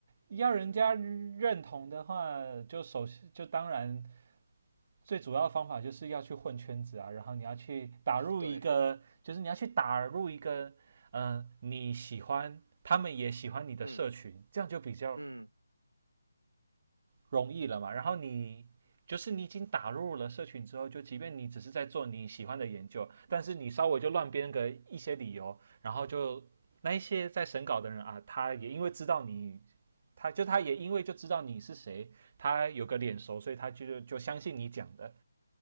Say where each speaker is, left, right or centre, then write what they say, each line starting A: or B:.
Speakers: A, on the right; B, on the right.
A: 要人家认同的话，就首先就当然最主要的方法就是要去混圈子啊，然后你要去打入一个，
B: 哦，对，
A: 就是你要去打入一个，嗯，你喜欢，他们也喜欢你的社群，
B: 嗯
A: 这样就比较
B: 嗯
A: 容易了嘛。然后你就是你已经打入了社群之后，就即便你只是在做你喜欢的研究，但是你稍微就乱编个一些理由，然后就那一些在审稿的人啊，他也因为知道你他就他也因为就知道你是谁，他有个脸熟，所以他就就相信你讲的，